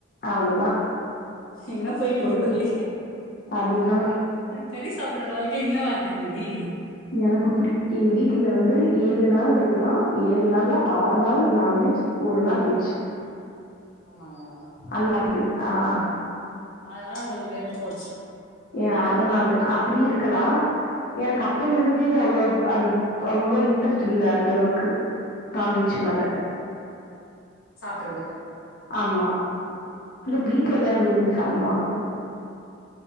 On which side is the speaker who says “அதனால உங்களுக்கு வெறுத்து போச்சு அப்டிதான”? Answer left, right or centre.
Left